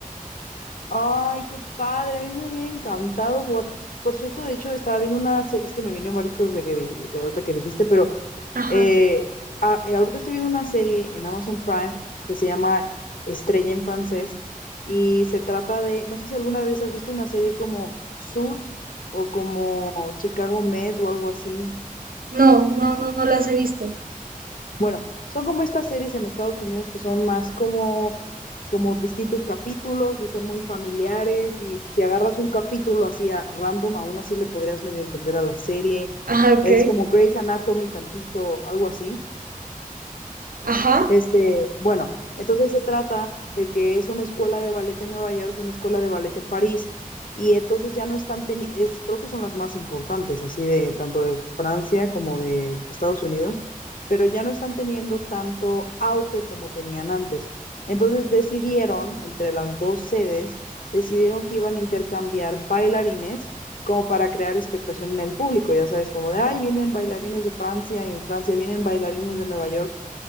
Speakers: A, on the left; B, on the right.
A: Ay, qué padre, a mí me hubiera encantado jugar. Por cierto, de hecho, estaba viendo una, se- es que me vino Marcos de que dij- de ahorita que dijiste, pero
B: Ajá.
A: eh, a- eh, ahorita estoy viendo una serie en Amazon Prime que se llama Estrella en francés y se trata de, no sé si alguna vez has visto una serie como Suits o como Chicago Med o algo así.
B: No, no, no, no las he visto.
A: Bueno, son como estas series en Estados Unidos que son más como, como distintos capítulos y son muy familiares y pues, si agarras un capítulo así a random, aún así le podrías medio entender a la serie.
B: Ajá, ok.
A: Es como Grey's Anatomy tantito, algo así.
B: Ajá.
A: Este, bueno, entonces se trata de que es una escuela de ballet en Nueva York y una escuela de ballet en París. Y entonces ya no están teniendo, creo que son las más importantes, así de tanto de Francia como de Estados Unidos, pero ya no están teniendo tanto auge como tenían antes. Entonces decidieron, entre las dos sedes, decidieron que iban a intercambiar bailarines como para crear expectación en el público, ya sabes, como de, ay, vienen bailarines de Francia y en Francia vienen bailarines de Nueva York